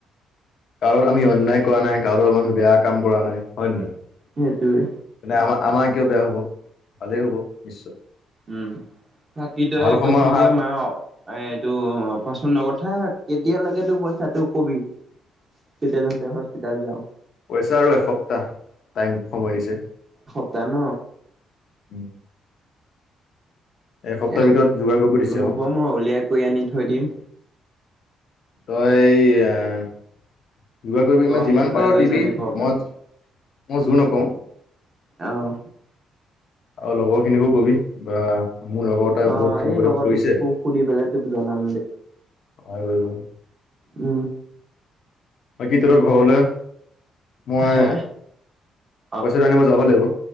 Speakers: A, on the left; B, on the right.
A: কাৰো আমি অন্যায় কৰা নাই কাৰো বেয়া কাম কৰা নাই হয় নে নহয়
B: সেইটোৱে
A: তেনে আমাৰ আমাৰ কিয়ও বেয়া হব ভালেই হব নিশ্চয়
B: উম থাকি তই
A: ভাল সময়
B: কৈছিলি
A: অহা
B: যে মা এইটো পাচনৰ কথা কেতিয়া লাগেত তোৰ পইচা তোক কবি কেতিয়া যন দে হস্পিতোল যাও
A: পইচা আৰু এসপ্তাহ টাইম সময় দিছে
B: দান
A: উম এসপ্তাহৰ
B: এ
A: ভিতৰত যোগাৰ কৰিব দিছে
B: ত হব
A: আৰু
B: মই উলিয়াই কৰি আনি থৈ দিম
A: তই এই আহ যোগাৰ কৰিবি
B: তই
A: মানে
B: আহি
A: যিমান
B: পেলাই
A: পাৰো
B: লৈ
A: দিবি
B: যাবি ঘৰৰ পৰা।
A: মই মই জোৰ নকওঁ
B: আহ
A: আৰু লগৰ খিনিকো কবি বা মোৰ লগৰতে
B: অ
A: বহুত হেৰি বিপদত
B: এই লগৰটোক
A: পৰিছে সহায়
B: সুধি পেলাই তোক জনাম
A: কৰিব
B: উ
A: বাকী তোৰ ঘৰলৈ মই
B: হে
A: পইচাটো
B: অ।
A: আনি মই যাব লাগিব